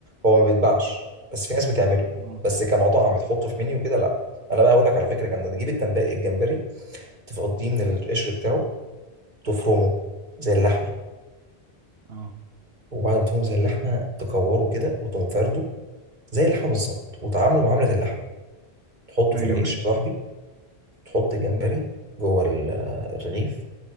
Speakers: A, on the right; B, on the right.
A: هو ما بيتباعش بس في ناس بتعمله
B: اه
A: بس كمطعم تحطه في منيو كده لا انا بقى هقول لك على فكره جامده تجيب التنباقي الجمبري تفضيه من القشر بتاعه تفرمه زي اللحمه
B: اه
A: وبعد ما تفرمه زي اللحمه تكوره كده وتقوم فارده زي اللحمه بالظبط وتعامله معامله اللحمه تحطه
B: ايوه
A: في العيش
B: ايوه
A: يا صاحبي تحط الجمبري جوه ال- الرغيف